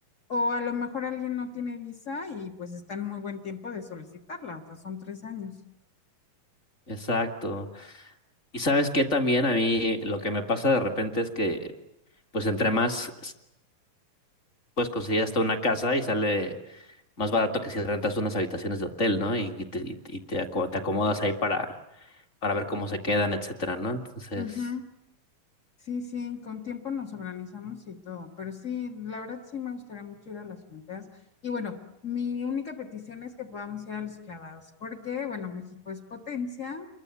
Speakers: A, on the left; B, on the left.
A: O a lo mejor alguien no tiene visa y pues está en muy buen tiempo de solicitarla, o sea, son tres años.
B: Exacto. Y sabes que también a mí lo que me pasa de repente es que, pues entre más, pues consigues hasta una casa y sale más barato que si rentas unas habitaciones de hotel, ¿no? Y, y te, y te, y te aco- te acomodas ahí para, para ver cómo se quedan, etcétera, ¿no? Entonces...
A: Ujú. Sí, sí, con tiempo nos organizamos y todo, pero sí, la verdad sí me gustaría mucho ir a las Olimpiadas. Y bueno, mi única petición es que podamos ir a los clavados, porque bueno, México es potencia,